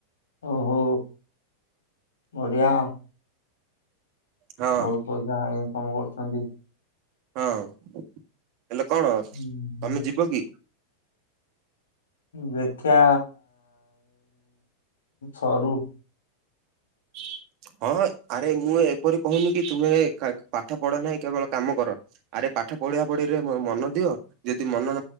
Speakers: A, on the left; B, on the right.
A: ଓହୋ। ବଢିଆ
B: ହଁ
A: ବହୁତ ପଇସା ଇନକମ କରୁଛନ୍ତି।
B: ହଁ ହେଲେ କଣ ତମେ
A: ହୁଁ,
B: ଯିବ କି?
A: ଦେଖିବା ସରୁ
B: <inaudible> ହଁ ଆରେ ମୁଁ ଏପରି କହୁନି କି ତୁମେ କା ପାଠ ପଢ ନାହିଁ କେବଳ କାମ କର। ଆରେ ପାଠ ପଢ଼ିଆ ପଢିରେ ମନ ଦିଅ ଯଦି ମନ